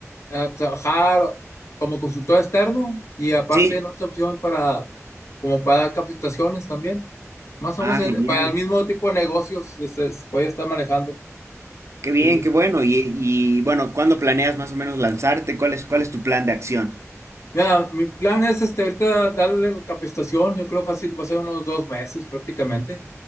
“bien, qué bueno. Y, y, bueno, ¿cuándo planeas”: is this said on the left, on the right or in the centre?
Right